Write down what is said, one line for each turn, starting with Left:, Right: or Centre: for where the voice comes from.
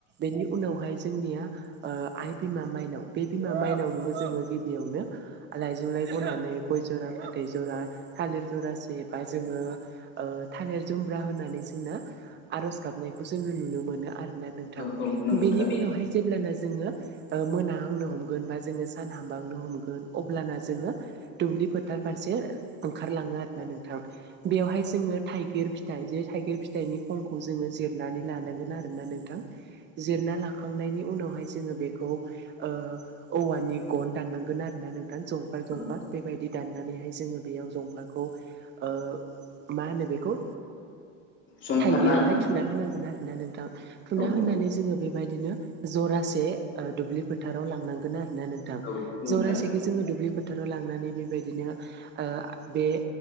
Right: बेनि उनावहाय जोंनिया ओ आइ बिमा माइनाव बे बिमा माइनावबो जोङो गिबियावनो लाइ जौलाय बनानै गय जरा फाथै जरा थालिर जरासे बा जोङो ओ थालिर जुमब्रा होनानै जोंना आर'ज गाबनायखौ जोङो नुनो मोनो ना नोंथां
Left: औ औ नंगौ
Right: बेनि
Left: थारैनो
Right: उनावहाय जेब्लाना जोङो। ओ मोनाहांनो हमगोन बा जोङो सान हांबहांनो हमगोन अब्लाना जोङो दुब्लि फोथार फारसे ओंखारलाङो आरोना नोंथां। बेवहाय जोङो थाइगिर फिथाइ जे थाइगिर फिथाइनि खंखौ जोङो जिरनानै लानांगोन आरो ना नोंथां जिरना लाखांनायनि उनावहाय जोङो बेखौ ओ औवानि गन दाननांगोन आरोना नोंथां जंफार जंफार
Left: औ
Right: बेबायदि दाननानैहाय जोङो बेयाव जंफारखौ ओ मा होनो बेखौ
Left: संफारना
Right: थाइगिरावहाय
Left: आरो आं
Right: थुना होनांगोन आरो ना नोंथां थुना
Left: औ
Right: होनानै जोङो बेबायदिनो जरासे ओ दुब्लि फोथाराव लांनांगोन आरो ना नोंथां
Left: औ औ
Right: जरासेखौ
Left: थार
Right: जोङो दुब्लि फोथाराव लांनानै बेबायदिनो ओ बे